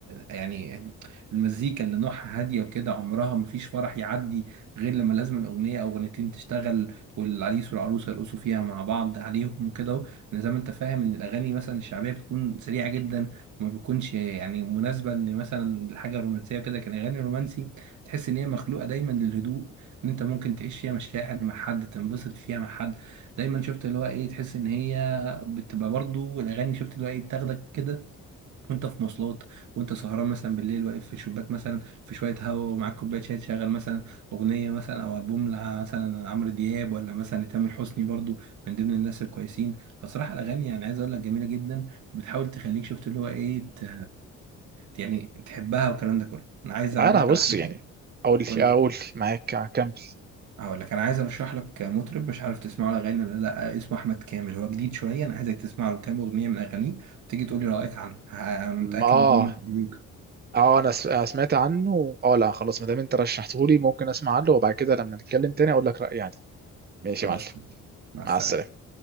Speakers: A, on the right; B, on the right.
A: يعني المزيكا اللي نوعها هاديه وكده عمرها ما فيش فرح يعدي غير لما لازم الاغنيه او اغنيتين تشتغل والعريس والعروسه يرقصوا فيها مع بعض عليهم وكده أهو. لأن زي ما انت فاهم ان الاغاني مثلا الشعبيه بتكون سريعه جدا ما بيكونش يعني مناسبة ان مثلا الحاجة الرومانسية كده كان اغاني رومانسي تحس ان هي مخلوقة دايما للهدوء ان انت ممكن تعيش فيها مشاعر مع حد تنبسط فيها مع حد دايما شفت اللي هو ايه تحس ان هي بتبقى برضو الاغاني شفت اللي هو ايه بتاخدك كده وانت في مواصلات وانت سهران مثلا بالليل واقف في شباك مثلا في شويه هوا ومعاك كوبايه شاي تشغل مثلا اغنيه مثلا او البوم لع- مثلا عمرو دياب ولا مثلا لتامر حسني برضو من ضمن الناس الكويسين فصراحه الاغاني يعني عايز اقول لك جميله جدا وبتحاول تخليك شفت اللي هو ايه ت... يعني تحبها والكلام ده كله انا عايز اقول
B: انا
A: لك
B: بص
A: على حاجه
B: يعني اقول
A: قول
B: اقول
A: لي
B: معاك اكمل
A: هقول لك انا عايز ارشح لك مطرب مش عارف تسمعه الاغاني ولا لا اسمه احمد كامل هو جديد شويه انا عايزك تسمع له كام اغنيه من اغانيه تيجي تقول لي رايك عنه ه- انا متاكد
B: اه
A: ان هم هيعجبوك
B: اه انا س- أنا سمعت عنه اه لا خلاص ما دام انت رشحتهولي ممكن اسمع عنه وبعد كده لما نتكلم تاني اقول لك رايي يعني ماشي
A: خلاص
B: يا معلم
A: تمام. مع
B: مع
A: السلامة
B: السلامه